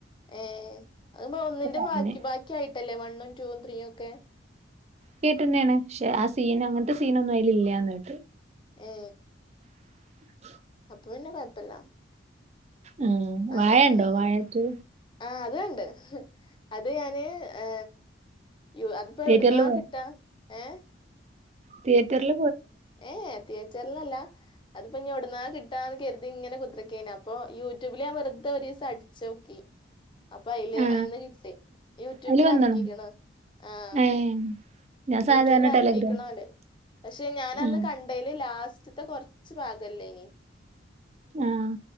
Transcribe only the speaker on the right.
പറഞ്ഞ്
കേട്ടന്നെയാണ് ക്ഷെ ആ സീൻ അങ്ങൻത്ത് സീനൊന്നും അയിലില്ല്യാന്ന് കേട്ട്.
<inaudible>
ആ
വാഴ ഉണ്ടോ
വാഴ ടു
തിയേറ്ററിൽ
തിയേറ്റർൽ.
ആ
അതില് വന്നോ
ഏ ഞാൻ സാധാരണ
ടെലഗ്രാം
ആ
ആഹ